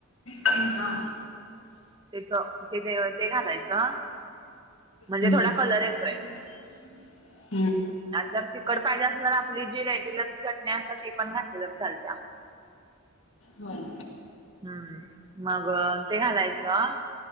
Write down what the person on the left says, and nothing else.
हम्म हा.
हम्म.
<unintelligible>
होय.